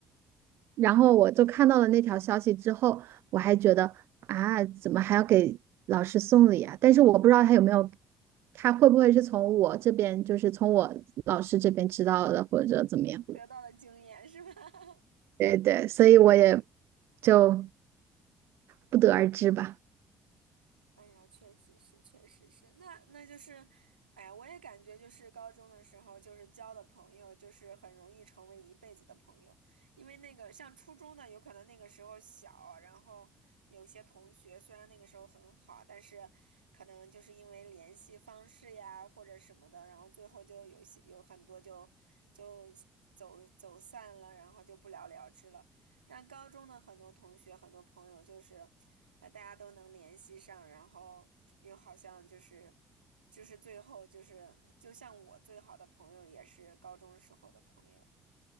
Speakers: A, on the right; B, on the right.
A: 然后我就看到了那条消息之后，我还觉得啊，怎么还要给老师送礼啊？但是我不知道他有没有，他会不会是从我这边，就是从我老师这边知道的，或者怎么样。
B: 得到的经验是吧？<laughs>
A: 对对，所以我也
B: 嗯
A: 就不得而知吧。
B: 哎呀，确实是，确实是，那那就是，哎呀，我也感觉就是高中的时候，就是交的朋友，就是很容易成为一辈子的朋友，因为那个像初中的，有可能那个时候小，然后有些同学虽然那个时候很好，但是可能就是因为联系方式呀或者什么的，然后最后就有些有很多就就走走散了，然后就不了了之了。但高中的很多同学、很多朋友就是，呃，大家都能联系上，然后又好像就是，就是最后就是，就像我最好的朋友也是高中时候的朋友。